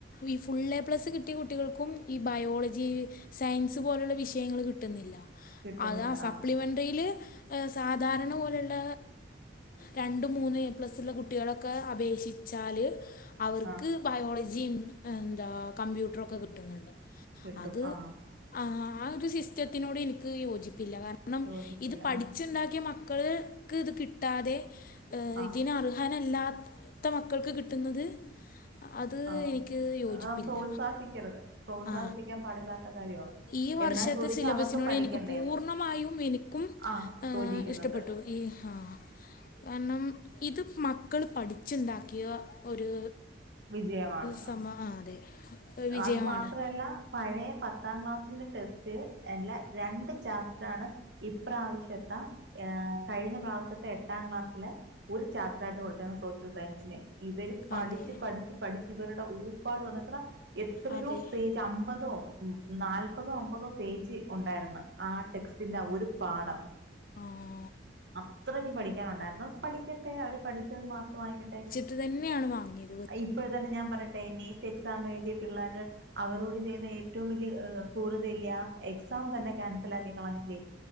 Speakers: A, on the left; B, on the right.
A: ഈ ഫുൾ എ പ്ലസ്സ് കിട്ടിയ കുട്ടികൾക്കും ഈ ബയോളജി സയൻസ് പോലുള്ള വിഷയങ്ങള് കിട്ടുന്നില്ല
B: കിട്ടുന്നില്ല
A: അത സപ്ലിമെന്ററിയില്
B: ആ
A: സാധാരണ പോലെ ുള്ള രണ്ട് മൂന്ന് എ പ്ലസ് ഉള്ള കുട്ടികളൊക്കെ അപേക്ഷിച്ചാല് അവർക്ക്
B: ആ
A: ബയോളജിയും എന്താ കമ്പ്യൂട്ടറൊക്കെ കിട്ടുന്നുണ്ട്
B: കിട്ടും
A: അത്
B: ആ
A: ആഹ് ആ ഒരു സിസ്റ്റത്തിനോട് എനിക്ക് യോജിപ്പില്ല കാര ണം
B: യോജിപ്പില്ല
A: ഇത് പഠിച്ചുണ്ടാക്കിയ
B: ആ
A: മക്കൾക്ക് ഇത് കിട്ടാതെ
B: ആ
A: ഇതിന് അർഹാനല്ലാത്ത മക്കൾക്ക് കിട്ടുന്നത്
B: <inaudible>
A: അത്
B: ആ
A: എനിക്ക് യോജിപ്പില്ല
B: ആ പ്രോത്സാഹിപ്പിക്കരുത് പ്രോത്സാഹിപ്പിക്കാൻ
A: ആ
B: പാടില്ലാത്ത കാര്യമാണത്
A: ഈ വർക്ക്
B: എന്നാ
A: ക്ഷത്തെ
B: ചോദിക്കാ
A: സിലബസിനോട്
B: അവർക്ക് പഠിക്കണ്ടേന്ന്
A: എനിക്ക് പൂർണ്ണമായും എനിക്കും
B: ആഹ്
A: ഏ
B: യോജിക്കുന്നുണ്ട്
A: ഇഷ്ടപ്പെട്ടു ഈ ആഹ് കാരണം ഇത് മക്കള് പഠിച്ചുണ്ടാക്കിയ ഒരു
B: വിജയമാണ്
A: സമ
B: ആഹ്
A: ആ അതെ വിജയമാണ്
B: അത് മാത്രല്ല പഴയ പത്താം ക്ലാസ്സിന്റെ ടെസ്റ്റ് എല്ല രണ്ട് ചാപ്റ്റർ ആണ് ഇപ്രാവശ്യത്തെ ഏ കഴിഞ്ഞ പ്രാവശ്യത്തെ എട്ടാം ക്ലാസ്സില് ഒരു ചാപ്റ്റർ ആയിട്ട് കൊടുത്തേക്കുന്ന സോഷ്യൽ സയൻസിന് ഇവര് പഠിച്ച്
A: അതെ
B: പഠിച്ച് പഠിച്ച് ഇവരുടെ ഊപ്പാട് വന്നിത്ര എത്രയോ
A: അതെ
B: പേജ അമ്പതോ നാല്പതോ അമ്പതോ പേജ് ഉണ്ടായിരുന്നു ആ ടെക്സ്റ്റിന്റെ ഒരു പാഠം
A: ആഹ്
B: അത്രക്ക് പഠിക്കാനുണ്ടായിരുന്നു പഠിക്കട്ടെ അവര് പഠിച്ചത് മാർക്ക്‌ വാങ്ങിക്കട്ടെ.
A: ഇതു തന്നെയാണ് വാങ്ങിയെ
B: ഇപ്പോ ഴ് തന്നെ ഞാൻ പറയട്ടെ എ നീറ്റ് എക്സാം എഴുതി പിള്ളേർ അവരോട് ചെയ്യുന്ന ഏറ്റവും വലിയ ക്രൂരത അല്ലെ ആ എക്സാം തന്നെ ക്യാൻസൽ ആക്കി കളഞ്ഞില്ലേ